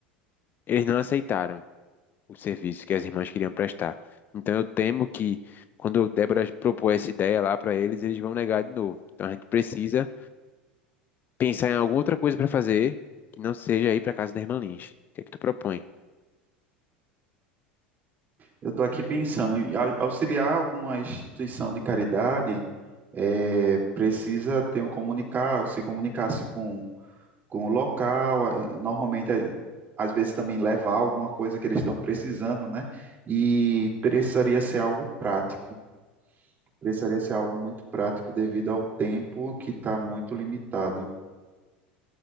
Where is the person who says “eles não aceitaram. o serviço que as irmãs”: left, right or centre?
Left